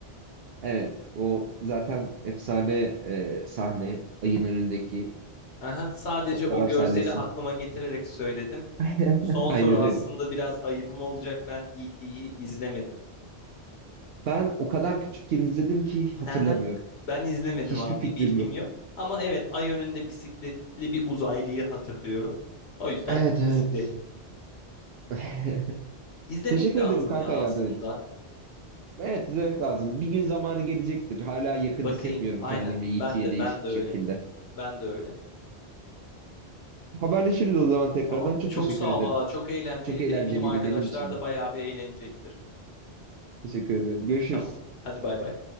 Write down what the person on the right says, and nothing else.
Evet, o zaten efsane e, sahne ayın önündeki
fotoğraf
sahnesi.
<laughs>
Aynen
öyle.
Ben o kadar küçükken izledim ki hatırlamıyorum.
Hiçbir
fikrim
yok.
Evet evet.
<laughs>
Teşekkür
ederim kanka
yardım edici. Evet izlemek lazım. Bir gün zamanı gelecektir. Hala yakın
hissetmiyorum
kendimi E.T.'ye
değişik
bir
şekilde.
Haberleşiriz o zaman tekrardan.
Çok
teşekkür
ederim.
Çok eğlenceliydi
benim için
de.
Teşekkür ederim. Görüşürüz.